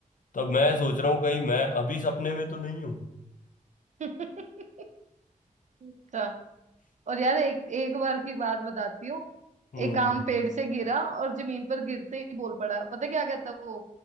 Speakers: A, on the left (about 70°); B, on the right (about 55°).
A: तब मैं सोच रहा हूँ कहीं मैं अभी सपने में तो नहीं हूँ
B: <laughs> अच्छा और यार एक एक बार की बात बताती हूँ
A: हम्म
B: एक आम पेड़ से गिरा और जमीन पर गिरते ही बोल पड़ा पता क्या कहता है वो